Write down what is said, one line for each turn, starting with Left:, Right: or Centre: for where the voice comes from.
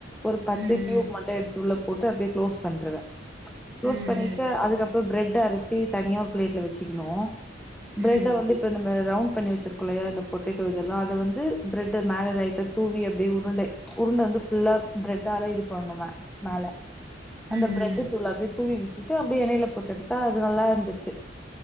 Centre: ஒரு பத்து
Right: ம்
Centre: கியூப்
Right: ம்
Centre: மட்டு எடுத்துள்ள போட்டு அப்டியே க்ளோஸ் பண்றவே
Right: ம்
Centre: க்ளோஸ்
Right: ம்
Centre: பண்ணிட்டு அதுக்கப் பிரெட்ட அரைச்சு தனியா ஒரு பிளேட்ல வச்சுக்கணு
Right: ம்
Centre: பிரெட்ட வந்து இப்ப நம்ம ரவுண்ட் பி வச்சிருக்கல்லையா இந்த பொட்டேட்டோ இதெல்லா அத வந்து பிரெட் மேல லைட்டா தூவி அப்டி உருண்டே உருண்டந் ந்து ஃபுல்லா பிரெட்டால இது பண்ணணும மேல
Right: ம்
Centre: அந்த பிரெட்டு தூள அப்டியே தூவி விட்டுட்டு அப்டியே எண்ணையில போட்டு எடுத்தா அது நல்லா இருந் துச்சு